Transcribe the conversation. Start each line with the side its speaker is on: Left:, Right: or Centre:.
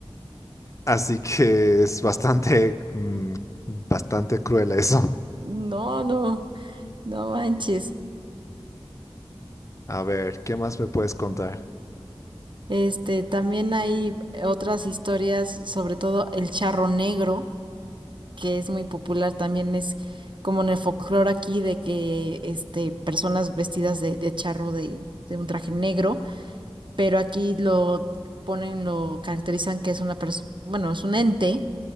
Left: Así que es bastante, mm, bastante cruel eso. <laughs>
Right: No, no, no manches.
Left: A ver, ¿qué más me puedes contar?
Right: Este, también hay otras historias, sobre todo el charro negro, que es muy popular, también es como en el folclore aquí de que este, personas vestidas de, de charro de, de un traje negro, pero aquí lo ponen, lo caracterizan que es una persona, bueno, es un ente